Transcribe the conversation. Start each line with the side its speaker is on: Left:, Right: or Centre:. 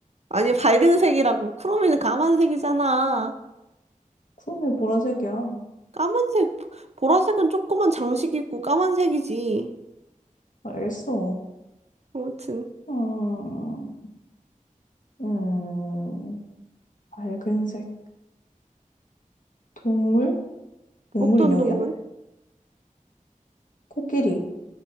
Right: 아니, 밝은 색이라고. 크롬이는 까만 색이잖아.
Left: 구름이 보라색이야.
Right: 까만색, 보- 라색은 조그만 장식이고 까만색이지.
Left: 알겠어.
Right: 아무튼,
Left: 음, 음, 밝은색. 동물? 동물
Right: 어떤
Left: 인형이야?
Right: 동물?
Left: 코끼리.